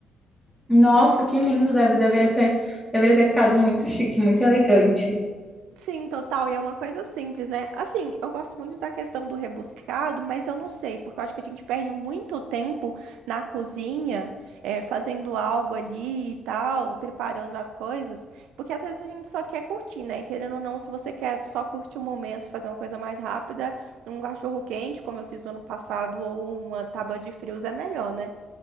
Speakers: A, in the centre; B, on the right.
A: Nossa, que lindo! Deve, deveria ser, deveria ter ficado muito chique, muito elegante.
B: Sim, total. E é uma coisa simples, né? Assim, eu gosto muito da questão do rebuscado, mas eu não sei, porque eu acho que a gente perde muito tempo na cozinha, eh, fazendo algo ali e tal, preparando as coisas, porque às vezes a gente só quer curtir, né? E querendo ou não, se você quer só curtir o momento e fazer uma coisa mais rápida, um cachorro quente, como eu fiz no ano passado, ou uma tábua de frios é melhor, né?